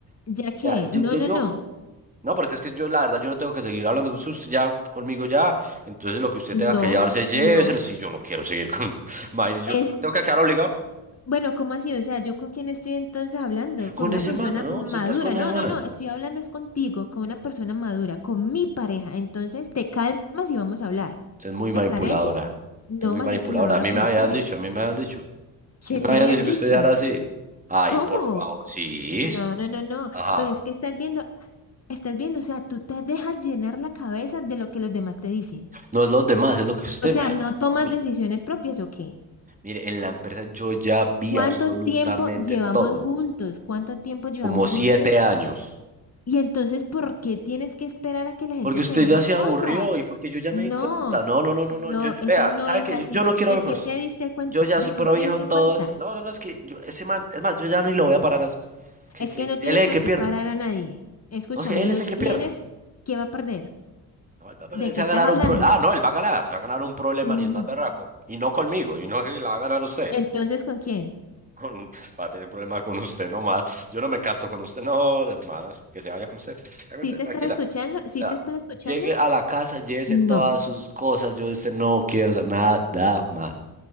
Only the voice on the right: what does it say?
vea, yo,
yo,
yo-
no, porque es que yo la verdad, yo no tengo que seguir hablando con usted, usted ya conmigo ya, entonces lo que usted
tenga que llevarse, lléveselo,
si yo no quiero seguir con, <laughs> mae, yo
tengo que quedar obligado
con
ese
man, ¿no?
Usted está con
ese man,
usted es muy
manipuladora,
usted es muy
manipuladora, a mí
me habían
dicho, a mí me habían dicho,
me
habían
dicho
que usted era así, ay,
por favor, sí,
ajá,
no es los demás, es lo que usted
me ha demostrado
a mí.
Mire, en la empresa yo ya vi
absolutamente
todo,
como siete
años.
Porque usted
ya se
aburrió y porque yo ya
me di cuenta. No, no, no, no,
no. Yo, yo-
vea,
¿sabe
qué?
Yo, yo no quiero
hablar
con usted.
Yo ya
soy pro
viejo
en todo
esto. No, no, no, es que yo, ese man, es más, yo ya ni lo voy a parar. a eso. que,
que
él
es el
que pierde.
No, es que él
es el
que pierde.
No, él va a
perder,
se
va a ganar
un pro. Ah, no, él va a ganar. Se va a ganar un problema
ni el más berraco. Y no conmigo, y no que la va a ganar usted.
Con, pues, va a tener problemas con usted nomás. Yo no me encarto con usted, no, hermano. Que se vaya con usted. Se vaya con usted,
tranquila.
Ya,
Llegue a la casa, llévese
todas sus cosas. Yo dice, no quiero saber nada más.